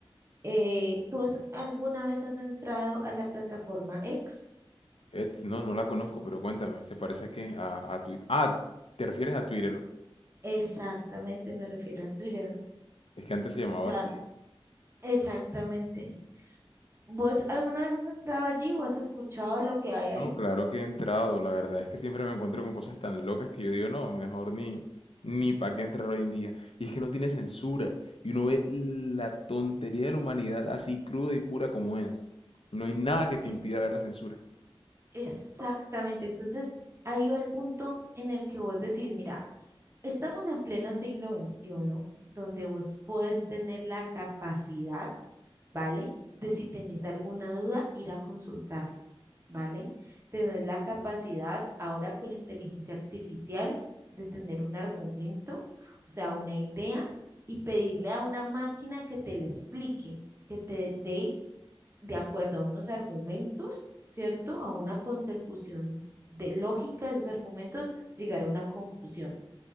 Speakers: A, on the right (about 30°); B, on the left (about 80°).
A: eh, ¿tú has- alguna vez has entrado a la plataforma X?
B: Ets- no, no la conozco, pero cuéntame, ¿se parece a qué? A, a Twitter. Ah, ¿te refieres a Twitter?
A: Exactamente, me refiero a Twitter,
B: Es que antes se llamaba
A: o sea,
B: así.
A: exactamente. ¿Vos alguna vez has entrado allí o has escuchado de lo que hay ahí?
B: No, claro que he entrado. La verdad es que siempre me encuentro con cosas tan locas que yo digo, no, mejor ni, ni para qué entrar hoy en día. Y es que no tiene censura. Y uno ve la tontería de la humanidad así cruda y pura como es. No hay nada que te
A: Es
B: impida ver la censura.
A: exactamente. Entonces, ahí va el punto en el que vos decís, mira, estamos en pleno siglo veintiuno donde vos puedes tener la capacidad, ¿vale? De si tenés alguna duda, ir a consultarlo, ¿vale? Tenés la capacidad ahora con la inteligencia artificial de tener un argumento, o sea, una idea, y pedirle a una máquina que te la explique, que te dé de acuerdo a unos argumentos, ¿cierto? A una consecución de lógica de esos argumentos, llegar a una conclusión.